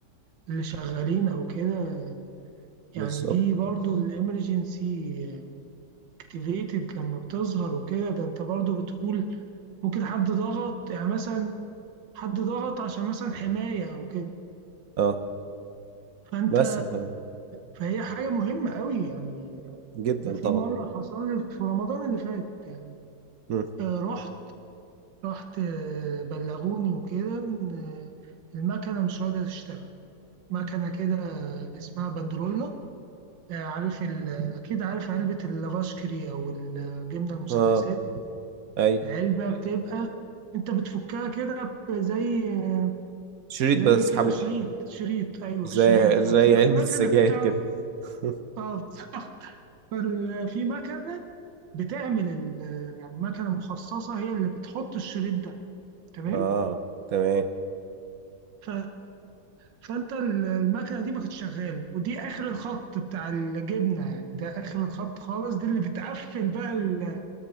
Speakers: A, on the right (about 90°); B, on the right (about 60°).
A: للي شغالين أو كده يعني
B: بالظبط
A: دي برضو الإمرجنسي اكتيفيتد لما بتظهر وكده ده أنت برضو بتقول ممكن حد ضغط يعني مثلا حد ضغط عشان مثلا حماية أو كده
B: اه
A: فأنت
B: بس ف-
A: فهي حاجة مهمة قوي يعني
B: جدا
A: ده في
B: طبعا
A: مرة حصل لي في رمضان اللي فات يعني
B: مم.
A: آه، رحت رحت آه، بلغوني وكده إن، آه، المكنة مش راضية تشتغل مكنة كده اسمها بندرولا آه، عارف ال... أكيد عارف علبة اللافاشكري أو الجبنة المثلثات
B: اه اي
A: العلبة أيوة. بتبقى أنت بتفكها كده ب- زي آه،
B: شريط
A: زي
B: بسحبه
A: كده شريط شريط أيوه
B: زي
A: الشريط ده
B: زي
A: في بقى
B: علبة
A: مكنة
B: السجاير
A: بتعمل
B: كده <laughs>
A: آه، <laughs> بالظبط. فال- في مكنة بتعمل ال... آه، يعني مكنة مخصصة هي اللي بتحط الشريط ده تمام
B: اه تمام
A: ف... فانت ال- المكنه دي ما كانتش شغاله ودي اخر الخط بتاع الجبنه يعني ده اخر الخط خالص دي اللي بتقفل بقى ال-